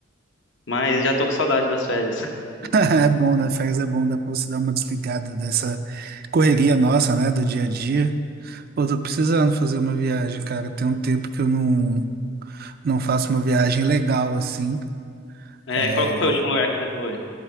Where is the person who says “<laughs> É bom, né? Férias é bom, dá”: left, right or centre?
Right